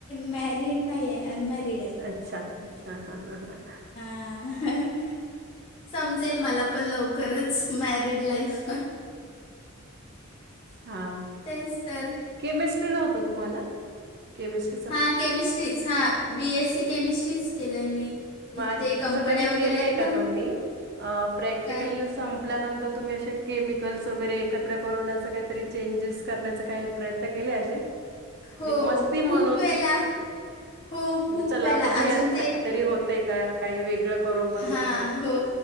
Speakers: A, on the left; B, on the right.
A: मॅरिड नाहीये अनमॅरिड आहे.
B: अच्छा अच्छा ह ह ह
A: हा समजेल मला पण लवकरच मॅरिड लाईफ
B: हा
A: तेच तर
B: केमिस्ट्री नव्हत तुम्हाला केमिस्ट
A: हां केमिस्ट्रीच हां बी एस सी केमिस्ट्रीच केलंय मी.
B: मार
A: इथे
B: असं
A: कंपन्या
B: कधी
A: वगैरे
B: केलंय
A: आहेत
B: का
A: ना,
B: तुम्ही अ प्रॅक्टिकलच
A: काय
B: संपल्यानंतर तुम्ही असे केमिकल्स वगैरे एकत्र करूनअसं कायतरी चेंजेस करण्याचा काय प्रयत् त्न केल असे
A: हो,
B: जे मस्ती म्हणून
A: खूप वेळेला.
B: कि
A: हो,
B: म्हणजे
A: खूप
B: चला
A: वेळेला.
B: बघूयात
A: अजून
B: काहीतरी होतंय का काही वेगळं करून बघण्याचा
A: हा हो